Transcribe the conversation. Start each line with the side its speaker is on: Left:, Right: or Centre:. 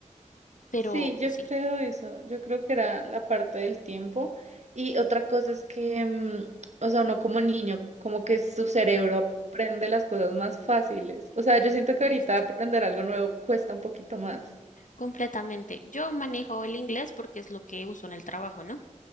Left: Pero
Right: Sí, yo
Left: sí.
Right: creo eso. Yo creo que era la parte del tiempo. Y otra cosa es que, mm, o sea, uno como niño, como que su cerebro aprende las cosas más fáciles. O sea, yo siento que
Left: Ay,
Right: ahorita
Left: sí.
Right: aprender algo nuevo cuesta un poquito más.
Left: Completamente. Yo manejo el inglés porque es lo que uso en el trabajo, ¿no?